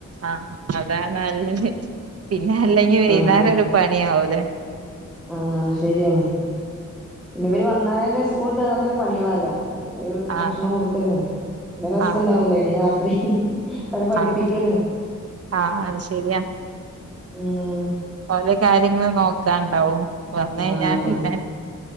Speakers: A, on the right (about 50°); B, in the centre.
A: ആഹ് അതാനല്ലത് പിന്നെ അല്ലെങ്കി വൈന്നാരം
B: ആഹ്
A: ഒരു പണിയാവൂലേ
B: ആഹ് ശരിയാണ് ഇവര് വന്നാലെന്നെ സ്കൂള്ട്ട് വന്നാതന്നെ പണികളല്ലേ ഒരു ഭക്ഷണം
A: ആഹ്
B: കൊടുക്കലും പിന്നെ റസ്ണ്ടാവൂല
A: ആഹ്
B: ഇനി രാത്രി അവരെ പഠിപ്പിക്കലും
A: ആഹ് ആഹ് അത് ശരിയാ
B: ഉം
A: ഓലെ കാര്യങ്ങളും നോക്കാണ്ടാവും വന്ന്
B: ആഹ്
A: കഴിഞ്ഞാ പിന്നെ